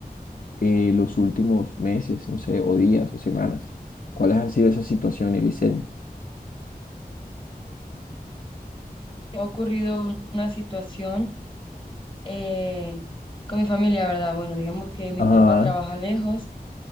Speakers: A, on the left; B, on the left.
A: eh, los últimos meses, no sé, o días o semanas. ¿Cuáles han sido esas situaciones, Licen?
B: Ha ocurrido un- una situación. eh, con mi familia, ¿verdad? Bueno, digamos que mi
A: Ajá,
B: papá trabaja lejos,